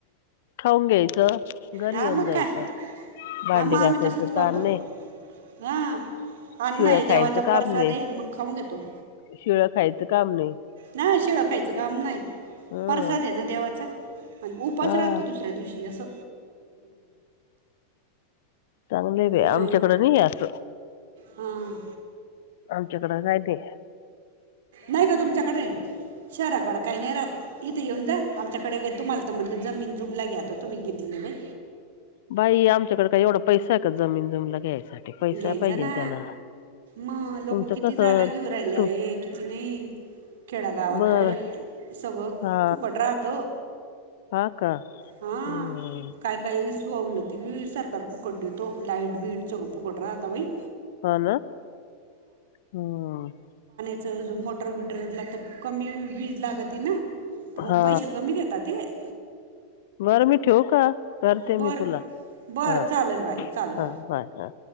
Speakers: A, on the left; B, on the right.
A: खाऊन घ्यायचं घरी
B: हा
A: येऊन
B: मग
A: जायचं
B: काय
A: भांडी
B: हा मग
A: घसाायचं
B: आम्ही तसंच करतो
A: तरानणे
B: हां अन्न
A: शिळ
B: आहे
A: खायचं
B: देवाचा
A: काम
B: प्रसाद
A: नाही
B: आहे मग खाऊन घेतो
A: शिळा खायचं काम नाही
B: नाही शिळ खायचं काम नाही
A: हं.
B: परसाद आहे ना देवाचा आणि उपास
A: हा
B: राहतो दुसऱ्या दिवशी असं
A: चांगलं भ
B: हां
A: आमच्याकडे नाही असं
B: हां
A: आमच्याकडें काय ते
B: नाही का तुमच्याकडे शहराकड काही नाही राह इथे येऊन जा आमच्याकडे ग तुम्हाला तर म्हणज जमीन जुमला घ्याता तुम्ही घेती नाही बाई
A: बाई आमच्याकडे काय एवढा पैसा आहे का जमीन जमीला घ्यायसाठी पैसा
B: घ्यायचा
A: पाहिजे
B: ना
A: त्याला
B: मग लोक
A: तुमचं
B: किती
A: कसं
B: जागा घेऊन राहिले आहे
A: तू
B: किती नाही खेडागावात
A: बर
B: उलट सगळं
A: हा
B: फुकट राहत
A: हा का
B: हा
A: हम्म
B: काय काय सुवल होती बी सरकार फुकट द तो लाइईट बीट च फुकट राहाता भाई
A: हला हम
B: च मोटर बटरला तर कमी वीज लाग त ना तर मग
A: हा
B: पैसे कमी घेतात ते
A: बरं मी ठेव का करते
B: बर
A: मी तुला
B: बरं
A: हा
B: चालेल बाई चालेल
A: हा बाय हा